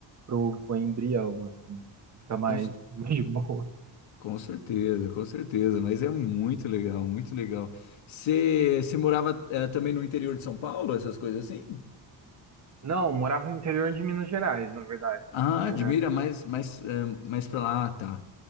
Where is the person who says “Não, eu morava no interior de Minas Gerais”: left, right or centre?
Right